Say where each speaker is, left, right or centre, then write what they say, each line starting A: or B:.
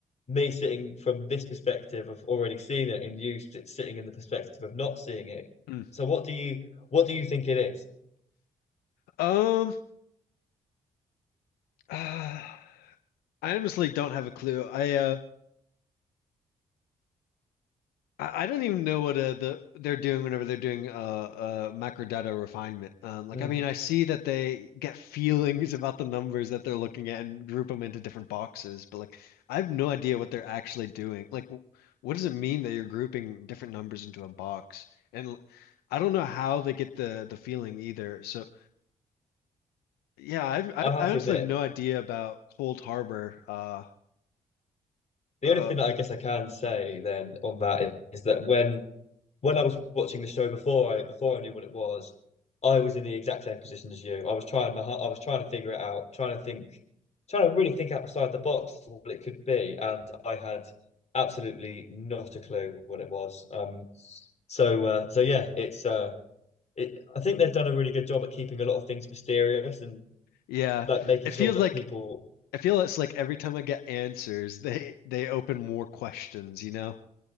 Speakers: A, on the left; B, on the left.
A: me sitting from this perspective of already seeing it and you sit- sitting in the perspective of not seeing it.
B: <laughs>
A: So what do you what do you think it is?
B: Um, <sighs> uh, I honestly don't have a clue. I uh, I, I don't even know what uh, the they're doing whenever they're doing uh, uh macrodata refinement. Um, like
A: Mm,
B: I mean, I see that they get <laughs> feelings about the numbers that they're looking at and group them into different boxes, but like I have no idea what they're actually doing. Like, wh- what does it mean that you're grouping different numbers into a box? And l- I don't know how they get the the feeling either. So yeah, I've, I
A: I have
B: I honestly
A: to admit,
B: have no idea about Cold Harbor. Uh,
A: the
B: uh.
A: only thing that I guess I can say then on that is that when when I was watching the show before I before I knew what it was, I was in the exact same position as you. I was trying my har- I was trying to figure it out, trying to think, trying to really think outside the box what it could be, and I had absolutely not a clue what it was. Um, so uh, so yeah, it's uh, it, I think they've done a really good job at keeping a lot of things mysterious and
B: Yeah.
A: like making
B: It
A: sure
B: feels
A: that
B: like
A: people,
B: I feel it's like every time I get answers, they they open more questions, you know?